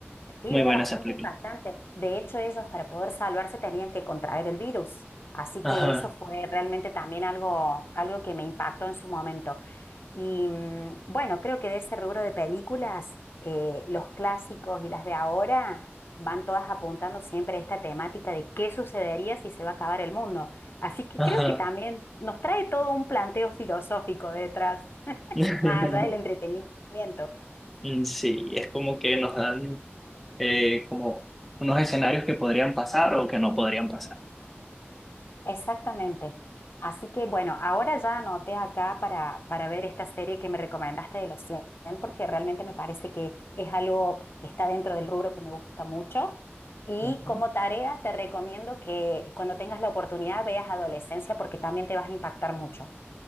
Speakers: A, on the left; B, in the centre.
A: Sí,
B: muy
A: era
B: buena
A: bastante
B: esa película.
A: impactante. De hecho, ellos para poder salvarse tenían que contraer el virus. Así
B: Ajá,
A: que eso fue realmente también algo, algo que me impactó en su momento. Y mm, bueno, creo que de ese rubro de películas, eh, los clásicos y las de ahora van todas apuntando siempre a esta temática de qué sucedería si se va a acabar el mundo. Así que
B: ajá.
A: creo que también nos trae todo un planteo filosófico detrás,
B: <laughs>
A: más allá del entretenimiento.
B: Mm, Sí, es como que nos dan eh, como unos escenarios que podrían pasar o que no podrían pasar.
A: Exactamente. Así que bueno, ahora ya anoté acá para, para ver esta serie que me recomendaste de los 100 porque realmente me parece que es algo que está dentro del rubro que me gusta mucho. Y
B: Ujú.
A: como tarea te recomiendo que cuando tengas la oportunidad veas Adolescencia porque también te vas a impactar mucho.